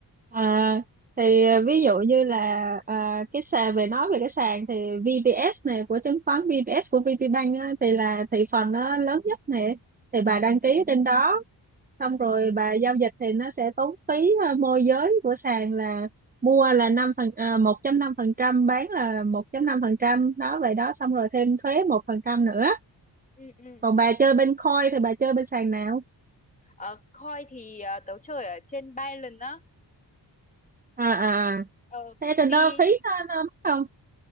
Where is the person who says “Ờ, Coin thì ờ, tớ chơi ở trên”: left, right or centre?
Left